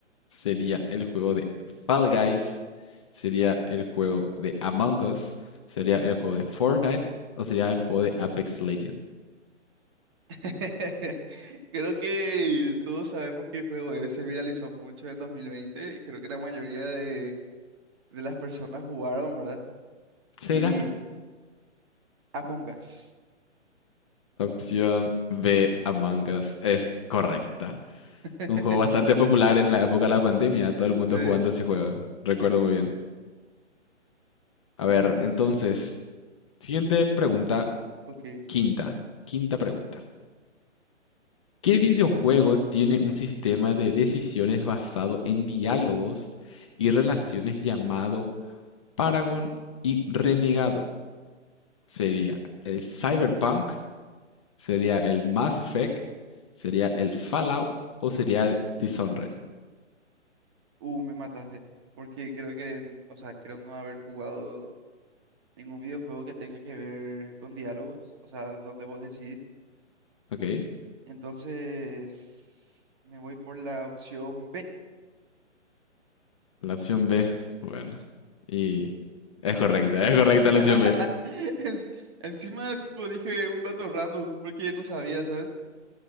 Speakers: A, on the left; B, on the right.
A: Sería el juego de Fall Guys, sería el juego de Among Us, sería el juego de Fortnite o sería el juego de Apex Legends.
B: <laughs> Creo que todos sabemos qué juego es, se viralizó mucho en dos mil veinte Creo que la mayoría de, de las personas jugaron, ¿verdad? Sí.
A: ¿Será?
B: Y Among Us.
A: Opción B, Among Us, es correcta.
B: <laughs>
A: Un juego bastante popular en la época de la pandemia, todo el mundo
B: Sí,
A: jugando ese juego. ¿no? Recuerdo muy bien. A ver, entonces, siguiente pregunta,
B: ok.
A: quinta, quinta pregunta. ¿Qué videojuego tiene un sistema de decisiones basado en diálogos y relaciones llamado Paragon y Renegado? Sería el Cyberpunk, sería el Mass Effect, sería el Fallout o sería el Dishonored.
B: Uh, me mataste. Porque creo que, n- o sea, creo no haber jugado ningún videojuego que tenga que ver con diálogos, o sea, donde vos decidís.
A: Ok,
B: Entonces, me voy por la opción B.
A: la opción B, bueno, y es correcta, es correcta
B: <laughs>
A: la opción B.
B: Es- encima, tipo, dije un dato random porque no sabía, ¿sabes?